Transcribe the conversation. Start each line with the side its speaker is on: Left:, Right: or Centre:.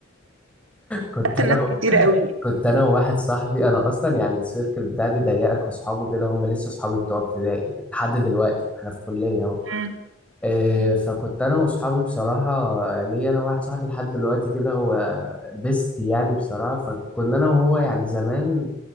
Centre: كنت
Right: حتى
Centre: انا
Right: ناس
Centre: و...
Right: كتير قوي
Centre: كنت انا وواحد صاحبي انا اصلا يعني السيركل بتاعتي ضيقه كاصحابه كده هم لسه اصحابي بتوع ابتدائي يعني لحد دلوقتي احنا في كليه اهو
Right: مم.
Centre: إيه
Right: مم.
Centre: فكنت انا واصحابي بصراحه ليا انا واحد صاحبي لحد دلوقتي كده هو بيست يعني بصراحه فكنا انا وهو يعني زمان